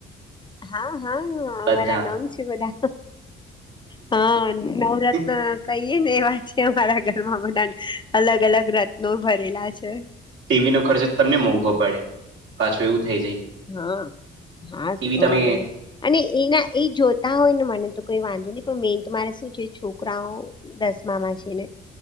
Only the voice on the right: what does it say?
બધા
પણ
ટીવી નો ખર્ચ તમને મોંઘો પડે પાછો એવું થઈ જાય
ટીવી
તમે